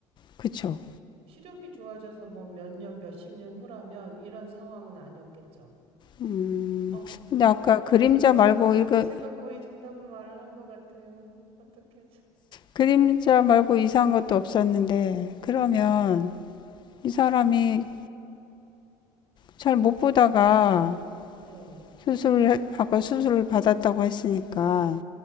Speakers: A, on the left; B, on the right.
A: 그쵸?
B: 시력이 좋아져서 뭐 몇 년, 몇 십 년 후라면 이런 상황은 아니었겠죠.
A: 음,
B: 어,
A: 근데 아까
B: 어,
A: 그림자
B: 제가
A: 말고,
B: 거,
A: 이거,
B: 제가 거의 정답을 말을 한 것 같아요. <laughs> 어떻게 하죠?
A: 그림자 말고 이상한 것도 없었는데, 그러면
B: 네,
A: 이 사람이 잘 못 보다가
B: 네,
A: 수술을, 해- 아까 수술을 받았다고 했으니까,